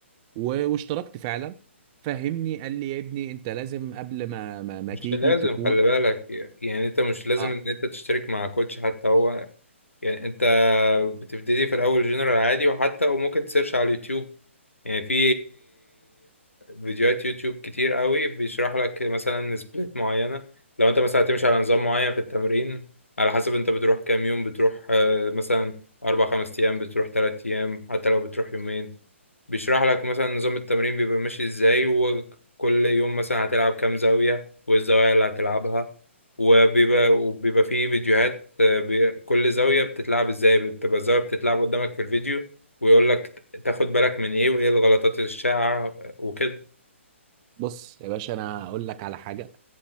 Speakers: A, on the right; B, on the left.
A: و- واشتركت فعلا فهمني قال لي يا ابني انت لازم قبل ما ما, ما
B: مش
A: تيجي
B: لازم
A: تكون
B: خلي بالك يعني انت مش لازم
A: اه
B: ان انت تشترك مع كوتش حتى هو يعني انت بتبتدي في الاول جنرال عادي وحتى وممكن تسيرش على اليوتيوب يعني في فيديوهات يوتيوب كتير قوي بيشرح لك مثلا سبليت معينة لو انت مثلا هتمشي على نظام معين في التمرين على حسب انت بتروح كام يوم بتروح آه، مثلا اربع خمس ايام بتروح تلات ايام حتى لو بتروح يومين بيشرح لك مثلا نظام التمرين بيبقى ماشي ازاي وكل يوم مثلا هتلعب كام زاوية والزوايا اللي هتلعبها وبيبقى وبيبقى فيه فيديوهات آه، بي- كل زاوية بتتلعب ازاي بتبقى الزاوية بتتلعب قدامك في الفيديو ويقول لك تاخد بالك من ايه وايه الغلطات الشائعة وكده
A: بص يا باشا انا هقول لك على حاجه